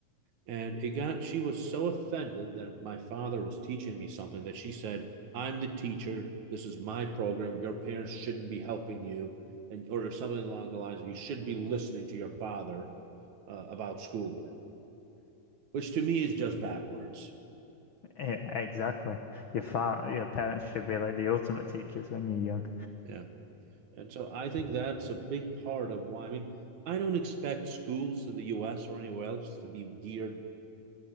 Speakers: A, on the right; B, on the left.
A: And it got, she was so offended that my father was teaching me something that she said, I'm the teacher. This is my program. Your parents shouldn't be helping you. And, or something along the lines of, you should be listening to your father uh, about schoolwork, which to me is just backwards.
B: Yeah, exactly. Your fa your parents should be like the ultimate teachers when you're young.
A: Yeah. And so I think that's a big part of why. I mean, I don't expect schools in the US or anywhere else to be geared